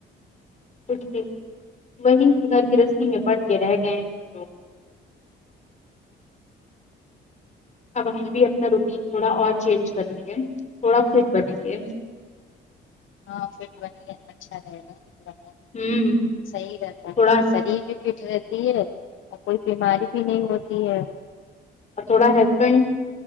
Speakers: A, on the left; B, on the left.
A: کچھ بھی وہی گھر گرہستی میں پڑ کے رہ گئے تو اب ہم بھی اپنا روٹین تھوڑا اور چینج کرئیں گے تھوڑا فٹ بنیں گے
B: <unintelligible> ہاں پھر وہی اچھا رہے گا
A: ہوں
B: صحیح رہتا
A: تھوڑا
B: ہے شریر بھی فٹ رہتی ہے کوئی بیماری بھی نہیں ہوتی ہے
A: تھوڑا ہسبینڈ